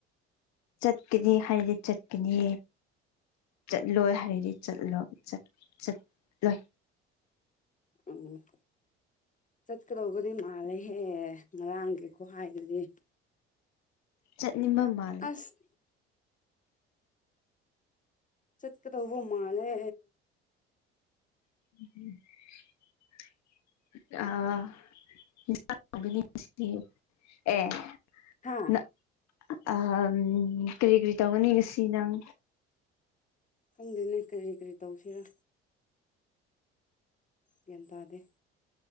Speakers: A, on the left; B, on the left.
A: ꯆꯠꯀꯅꯤ ꯍꯥꯏꯔꯗꯤ ꯆꯠꯀꯅꯤ ꯆꯠꯂꯣꯏ ꯍꯥꯏꯔꯗꯤ ꯆꯠꯂꯣ ꯆꯠ-ꯆꯠꯂꯣꯏ
B: ꯎꯝ ꯆꯠꯀꯗꯧꯕꯗꯤ ꯃꯥꯜꯂꯦꯍꯦ ꯉꯔꯥꯡꯒꯤ ꯈꯨꯍꯥꯏꯗꯨꯗꯤ
A: ꯆꯠꯅꯤꯡꯕ ꯃꯥ
B: ꯑꯁ ꯆꯠꯀꯗꯧꯕ ꯃꯥꯜꯂꯦ
A: <inaudible> ꯑ <unintelligible> ꯍꯥꯎꯒꯅꯤ ꯉꯁꯤꯗꯤ ꯑꯦ
B: ꯍꯥ
A: ꯅ ꯑꯝ ꯀꯔꯤ ꯀꯔꯤ ꯇꯧꯒꯅꯤ ꯉꯁꯤ ꯅꯪ
B: ꯈꯪꯗꯦꯅꯦ ꯀꯔꯤ ꯀꯔꯤ ꯇꯧꯁꯤꯔ ꯒ꯭ꯌꯥꯟ ꯇꯥꯗꯦ